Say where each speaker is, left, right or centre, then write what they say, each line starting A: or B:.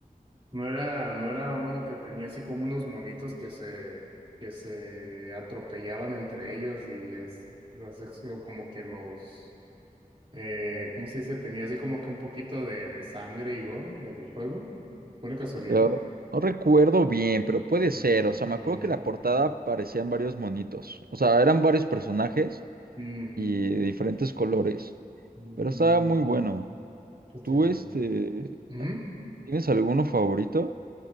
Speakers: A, on the right (about 35°); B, on the right (about 80°).
A: No era, no era uno que tenía así como unos monitos que se, que se atropellaban entre ellos y es, los ex- como que los, eh, ¿cómo se dice? Tenía así como que un poquito de, de sangre y gore el juego, pura casualidad.
B: Yo no recuerdo bien, pero puede
A: Mm,
B: ser. O sea, me
A: mm,
B: acuerdo que la portada parecían varios monitos. O sea, eran varios personajes
A: mm,
B: y de diferentes colores.
A: mm,
B: Pero estaba muy bueno.
A: este
B: ¿Tú,
A: no.
B: este,
A: Ujú.
B: tienes alguno favorito?